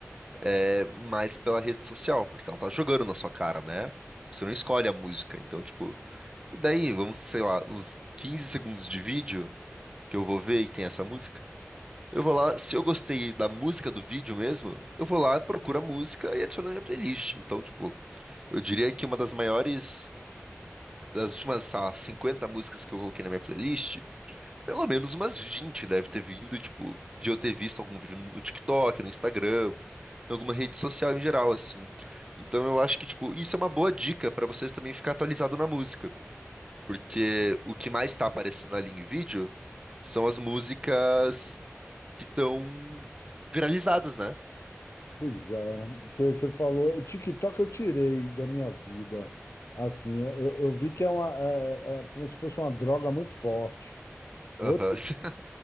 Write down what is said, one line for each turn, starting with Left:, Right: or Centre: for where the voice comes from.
Right: é, mais pela rede social, porque ela tá jogando na sua cara, né? Você não escolhe a música, então, tipo... E daí, vamos, sei lá, uns 15 segundos de vídeo que eu vou ver e tem essa música, eu vou lá, se eu gostei da música do vídeo mesmo, eu vou lá, procuro a música e adiciono na minha playlist. Então, tipo, eu diria que uma das maiores... Das últimas, sei lá, 50 músicas que eu coloquei na minha playlist, Pelo menos umas 20 deve ter vindo, tipo, de eu ter visto algum vídeo no TikTok, no Instagram, em alguma rede social em geral, assim. Então eu acho que, tipo, isso é uma boa dica pra você também ficar atualizado na música, porque o que mais tá aparecendo ali em vídeo são as músicas que estão viralizadas, né?
Left: Pois é, então, você falou, o TikTok eu tirei da minha vida. Assim, eu, eu vi que é uma, é, é é como se fosse uma droga muito forte. Outro,
Right: Aham. <laughs>